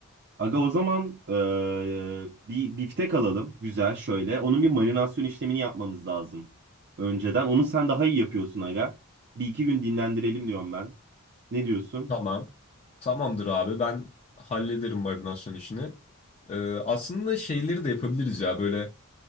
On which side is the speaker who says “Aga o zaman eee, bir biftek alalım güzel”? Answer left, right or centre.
Right